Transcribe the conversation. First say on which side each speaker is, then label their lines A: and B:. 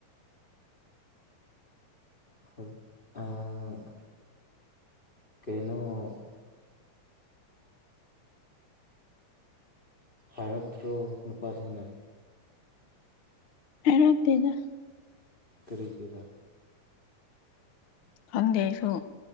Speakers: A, on the left; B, on the left.
A: ꯍ ꯑ ꯀꯩꯅꯣ ꯍꯥꯏꯔꯛꯇ꯭ꯔꯣ ꯅꯨꯄꯥꯁꯤꯡꯅ
B: ꯍꯥꯏꯔꯛꯇꯦꯗ
A: ꯀꯔꯤꯒꯤꯔꯥ
B: ꯈꯪꯗꯦ ꯑꯩꯁꯨ